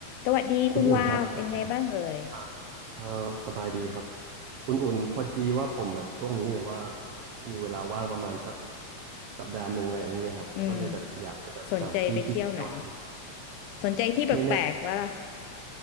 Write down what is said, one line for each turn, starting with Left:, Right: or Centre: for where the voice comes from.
Left: สวัสดีคุณวาวเป็นไงบ้างเอ่ย
Right: คุณอุ่นครับพอดีอ่ะเออสบายดีครับคุณอุ่นพอดีว่าผมแบบช่วงนี้แบบว่ามีเวลาว่างประมาณสักสัปดาห์หนึ่งอะไรอย่างเงี้ยครับก็เลยแบบอยากจะแบบหาที่ที่เที่ยวอะไรเงี้ย
Left: อืมสนใจไปเที่ยวไหนสนใจที่แปลกๆวะล่ะ
Right: ไม่แน่ใจ